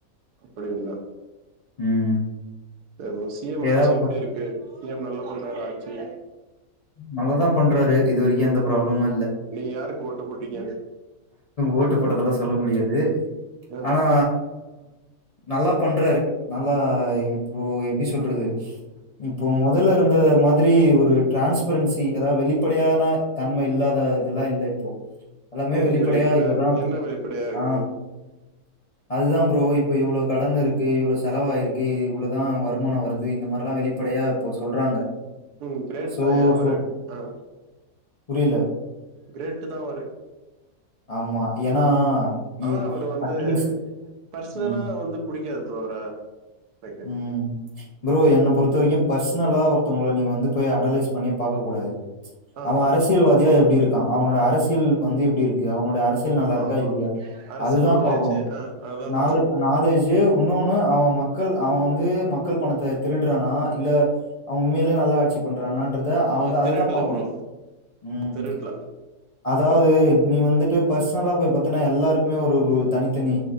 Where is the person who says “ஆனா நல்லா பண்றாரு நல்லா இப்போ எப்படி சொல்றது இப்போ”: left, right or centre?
Left